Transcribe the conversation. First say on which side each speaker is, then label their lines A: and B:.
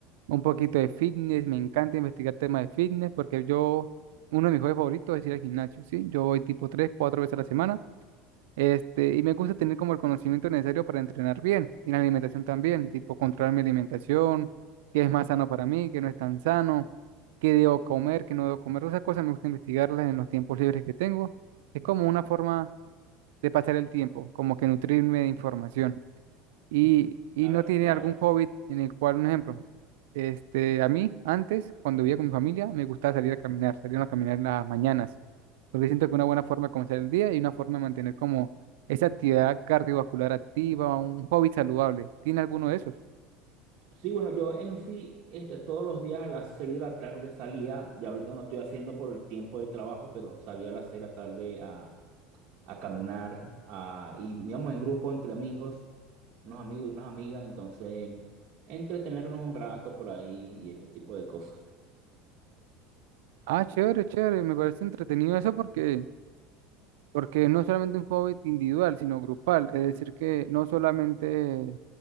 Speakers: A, on the right (about 85°); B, on the right (about 40°).
A: un poquito de fitness, me encanta investigar temas de fitness porque yo, uno de mis hobbies favoritos es ir al gimnasio, ¿sí? Yo voy tipo tres, cuatro veces a la semana. Este, y me gusta tener como el conocimiento necesario para entrenar bien y la alimentación también, tipo controlar mi alimentación, qué es más sano para mí, qué no es tan sano, qué debo comer, qué no debo comer. Esas cosas me gusta investigarlas en los tiempos libres que tengo. Es como una forma de pasar el tiempo, como que nutrirme de información. Y, y
B: claro,
A: no tiene
B: claro.
A: algún hobby en el cual, un ejemplo, este, a mí antes, cuando vivía con mi familia, me gustaba salir a caminar, salir a caminar en las mañanas porque siento que una buena forma de comenzar el día y una forma de mantener como esa actividad cardiovascular activa, un hobby saludable. ¿Tiene alguno de esos?
B: Sí, bueno, yo en sí, este, todos los días a las 6 de la tarde salía, ya ahorita no lo estoy haciendo por el tiempo de trabajo, pero salía a las 6 de la tarde a, a caminar, a, y íbamos en grupo entre amigos, unos amigos y unas amigas, entonces entretenernos un rato por ahí y ese tipo de cosas.
A: Ah, chévere, chévere, me parece entretenido eso porque, porque no es solamente un hobby individual, sino grupal. Es decir, que no solamente